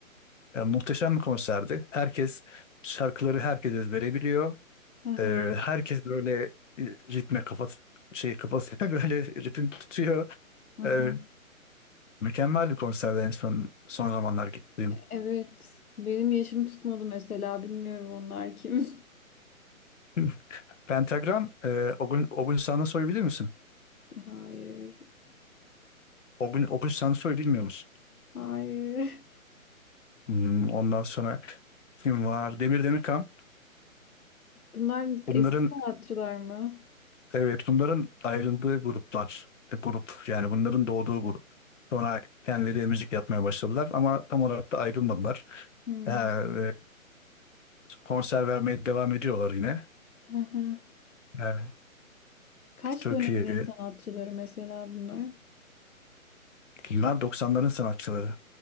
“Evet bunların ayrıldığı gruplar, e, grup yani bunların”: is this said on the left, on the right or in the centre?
Left